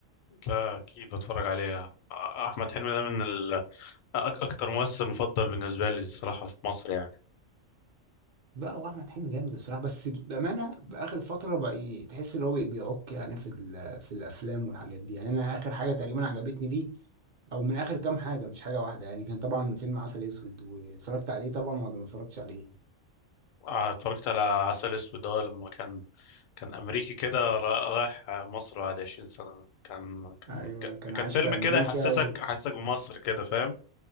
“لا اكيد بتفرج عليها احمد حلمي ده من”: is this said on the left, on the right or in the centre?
Left